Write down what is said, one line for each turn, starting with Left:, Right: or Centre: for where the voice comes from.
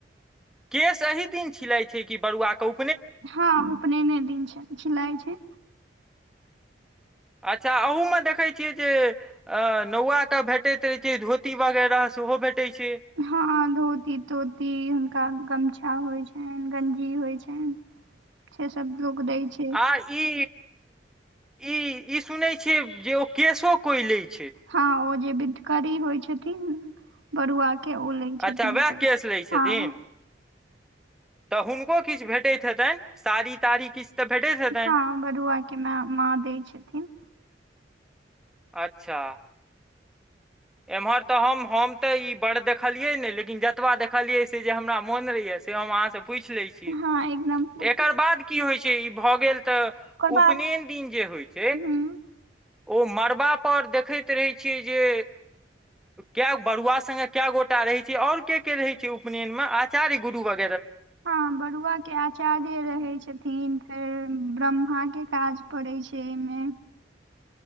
Centre: केश एही दिन छिलाइ छै कि! बरुआके उ
Right: हँ, उपनयने दिन छै झिलइ छै।
Centre: अच्छा अहूमे देखैत छियै जे, नौआके भेटैत रहैत छै, धोती वगैरह सेहो भेटै छै
Right: हँ, धोती -तोती, हुनका गमछा। गमछा होइ छनि, गंजी होइ छनि, से सब लोक दै छै।
Centre: आ ई ई ई सुनैत छियै, जे ओ केशो कोइ लैत छै।
Right: हँ, ओ जे बिद्दकरी होइ छथिन, बरुआ! के, ओ लै छथिन
Centre: अच्छा वएह
Right: केश
Centre: लै छथिन
Right: हँ।
Centre: तऽ हुनको किछु भेटैत हेतनि, साड़ी -ताड़ी किछु? तऽ भेटैत हेतनि
Right: हँ, बरुआके माँ दैत छथिन।
Centre: अच्छा! एम्हर तऽ हम हम तऽ ई बडड़ देखलियै नहि, लेकिन जतबा देखलियै से जे हमरा मोन रहैए। से हम अहाँ से पूछि लै छी,
Right: हँ एकदम पूछू।
Centre: एकर बाद की होइ छै? छै, भऽ गेल तऽ,
Right: ओकर बाद
Centre: उपनन दिन जे होइ छै!
Right: हूँ
Centre: ओ मरब परर देखैत रहैत छियै जे कए बरुआ सङ्गे कए गोटा रहै छै, आऔर के के रहै छै, उपनयनमे आचार्य गुरु वग
Right: हँ, बरुआके आचार्य रहैत छथिन, फेर ब्रह्मा के काज पड़ै छै ए मे।